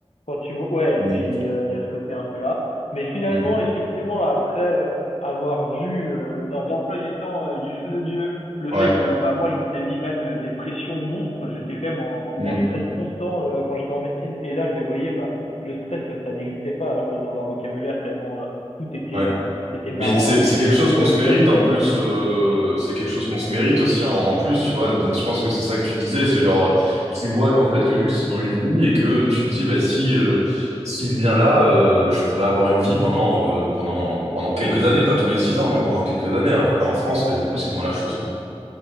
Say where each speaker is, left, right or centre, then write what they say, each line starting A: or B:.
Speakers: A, on the left (about 80°); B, on the right (about 85°).
A: quand tu vois, ouais,
B: Mm,
A: puis euh, il y a ce côté un peu là. Mais finalement,
B: mm.
A: effectivement, après euh, avoir vu euh, leurs emplois du temps euh, du feu de Dieu, le
B: Ouais.
A: fait que bah, moi, je m'étais mis quand même euh, des pressions monstres, j'étais quand même en,
B: Mm,
A: en stress constant euh, quand j'étais en médecine. Et là, je les voyais, bah, le stress, ça n'existait pas euh, dans leur vocabulaire, tellement euh, tout était,
B: ouais.
A: euh, c'était marrant
B: Mais c'est
A: euh,
B: c'est quelque
A: et
B: chose
A: que le
B: qu'on se mérite
A: seul stress
B: en plus.
A: qu'ils faisaient,
B: euh, c'est quelque chose qu'on se mérite aussi en, en plus, tu vois. Donc je pense que c'est ça que tu disais, c'est genre euh, tu vois qu'en fait que juste ils ont une vie et que tu te dis bah si euh, s'il vient là, euh, je pourrais avoir une vie pendant euh, pendant pendant quelques années, pas tous les six ans, mais pendant quelques années. Alors qu'en France, bah du coup c'est moins la chose quoi.